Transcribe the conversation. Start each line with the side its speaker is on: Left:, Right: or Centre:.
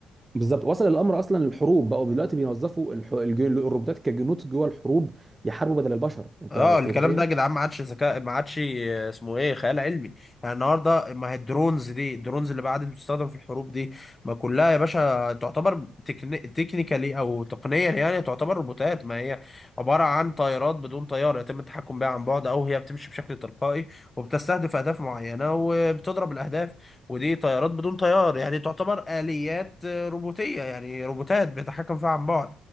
Right: بالظبط وصل الامر اصلا للحروب بقوا دلوقتي بيوظفوا الح- الج- الروبوتات كجنود جوه الحروب يحاربوا بدل البشر انت
Left: اه
Right: أنت
Left: الكلام
Right: متخيل
Left: ده يا جدعان ما عادش ذكاء ما عادش آه، اسمه ايه خيال علمي يعني النهارده ما هي الدرونز دي الدرونز اللي بعد بتستخدم في الحروب دي ما كلها يا باشا تعتبر تكني... تكنيكالي او تقنيا يعني تعتبر روبوتات ما هي عباره عن طائرات بدون طيار يتم التحكم بها عن بعد او هي بتمشي بشكل تلقائي وبتستهدف اهداف معينه وبتضرب الاهداف ودي طيارات بدون طيار يعني تعتبر اليات آه، روبوتيه يعني روبوتات بيتحكم فيها عن بعد